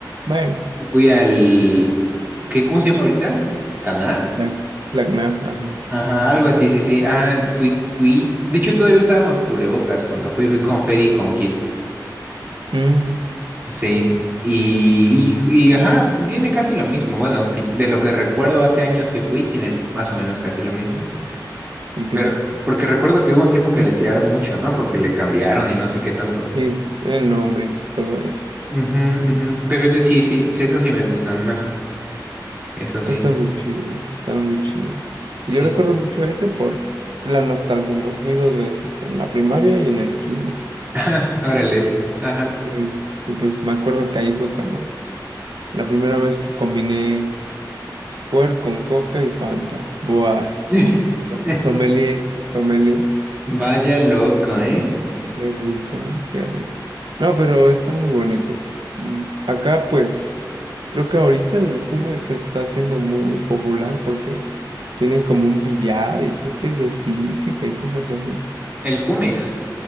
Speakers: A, on the right (about 80°); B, on the right (about 25°).
A: Bueno,
B: Fui al, ¿qué, cómo se llama ahorita? ¿Caná?
A: la, Tlac- Tacna, ajá.
B: Ajá, algo así, sí, sí. Ajá, fui, fui. De hecho, todavía usábamos cubrebocas cuando fui, fui con Fer y con Kit.
A: Mm,
B: Sí. Y, y, y, ajá, tiene casi lo mismo. Bueno, que- de lo que recuerdo hace años que fui, tiene más o menos casi lo mismo.
A: ¿y qué
B: Pero,
A: tal?
B: porque recuerdo que hubo un tiempo que le tiraron mucho, ¿no? Porque le cambiaron y no sé qué tanto.
A: Y el nombre y todo eso.
B: Ujú, ujú. Pero ese sí, sí, sí, eso sí me gustan más. Eso sí.
A: Están muy chidos, están muy chidos. Y
B: Sí.
A: Yo recuerdo mucho ese por, por la nostalgia, ¿no? Fui dos veces, en la primaria y en el kinder.
B: <laughs> Ajá, órales. Ajá.
A: Sí. Y pues me acuerdo que ahí fue cuando la primera vez que combiné Squirt con Coca y Fanta. Buah,
B: <laughs>
A: sommelier, sommelier.
B: Vaya loco, ¿eh?
A: Qué rico, ¿eh? Qué rico. No, pero están muy bonitos. Mm, Acá pues... Creo que ahorita el Jumex se está haciendo muy popular porque tienen como un billar y creo que es de física y cosas así.
B: El Jumex.